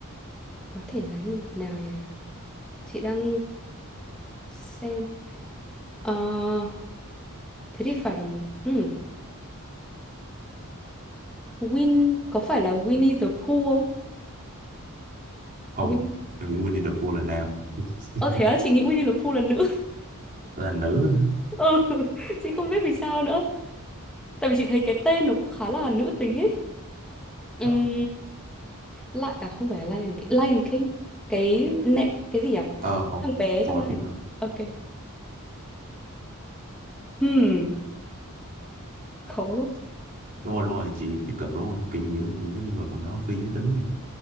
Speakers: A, in the centre; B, on the right (about 40°).
A: có thể là nhân vật nào nhỉ? Chị đang xem. Ờ, thế thì phải là một... Hmm. Win có phải là Winnie the Pooh không?
B: không
A: Win.
B: Em nghĩ Winnie the Pooh là nam <laughs>
A: Ờ thế á, chị nghĩ Winnie the Pooh là nữ. <laughs>
B: là nữ
A: Ừ, chị không biết vì sao nữa. Tại vì chị thấy cái tên nó cũng khá là nữ tính ấy. Ừm,
B: Ờ,
A: lại à không phải là Lion King, Lion King. Cái nệm cái gì nhỉ?
B: Ờ, không
A: Thằng bé trong
B: không phải
A: này.
B: phim đó
A: Ok. Hmm, khó quá.
B: đúng rồi đúng rồi chị tiếp cận đúng rồi kiểu nhiều những cái nhân vật mà nó phi giới tính ấy.